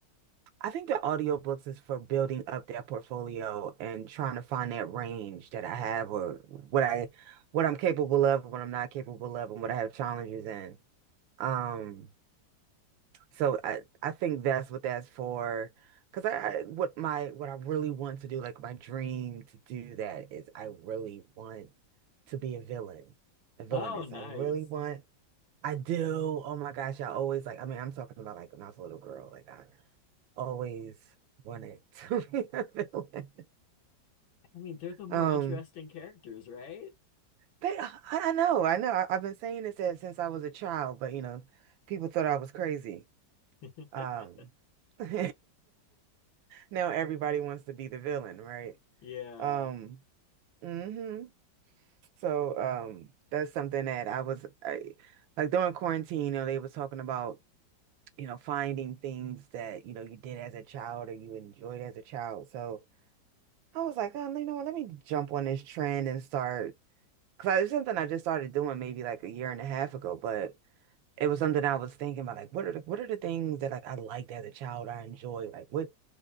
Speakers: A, on the right; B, on the left.
A: I think the audiobooks is for building up that portfolio and trying to find that range that I have or what I what I'm capable of, what I'm not capable of, and what I have challenges in. Um, So I I think that's what that's for. Because I, I what my what I really want to do, like my dream to do that is I really want to be a villain, a villainess.
B: Oh, nice.
A: I really want. I do. Oh my gosh, I always like. I mean, I'm talking about like when I was a little girl. Like I always wanted <laughs> to be a villain.
B: I mean, they're the more
A: Um,
B: interesting characters, right?
A: they. I, I know. I know. I, I've been saying this since I was a child, but you know, people thought I was crazy.
B: <laughs>
A: Um, <laughs> now everybody wants to be the villain, right?
B: Yeah.
A: Um, hmm So,
B: Well,
A: um, that's something that I was I, like during quarantine, you know, they was talking about, you know, finding things that, you know, you did as a child or you enjoyed as a child. So I was like, um, you know what, let me jump on this trend and start, because it's something I just started doing maybe like a year and a half ago, but it was something I was thinking about, like what are the what are the things that like I liked as a child, I enjoyed, like what